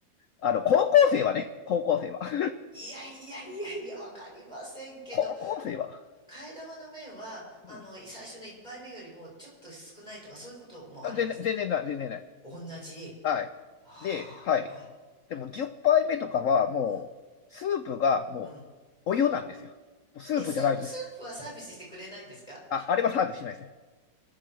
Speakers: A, on the left (about 65°); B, on the left (about 20°).
A: あの、高校生はね、高校生は。<laughs>
B: いやいやいやいや、わかりませんけど、
A: 高校生は。
B: 替え玉の麺は、あの、
A: うん。
B: 最初の1杯目よりもちょっと少ないとか、そういうこともあるんです。
A: あ全然、全然ない、全然ない。
B: 同じ。
A: はい。
B: ああ、
A: で、はい。
B: はい。
A: でも10杯目とかはもう、
B: うん、
A: スープがもう、
B: うん。
A: お湯なんですよ。もうスープじゃないです。
B: え、スープ、スープはサービスしてくれないんですか
A: あ、あれはサービスしないですよ。